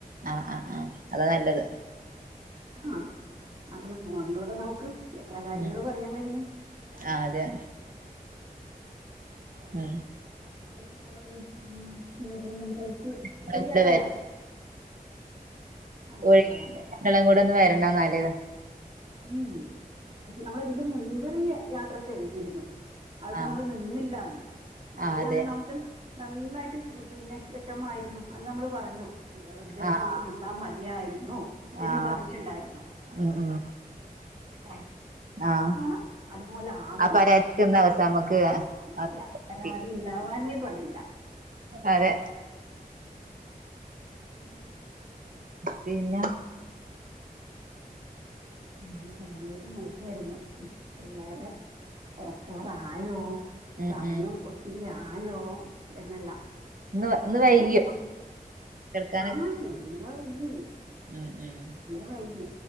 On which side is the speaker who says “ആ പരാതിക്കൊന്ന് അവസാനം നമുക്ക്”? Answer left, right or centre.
Right